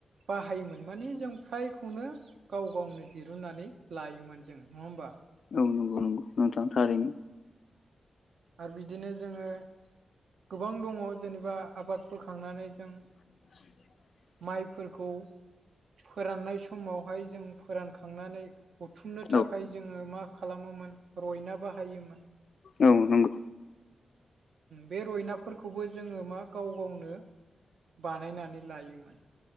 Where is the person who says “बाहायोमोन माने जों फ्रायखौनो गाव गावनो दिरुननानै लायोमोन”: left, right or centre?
Right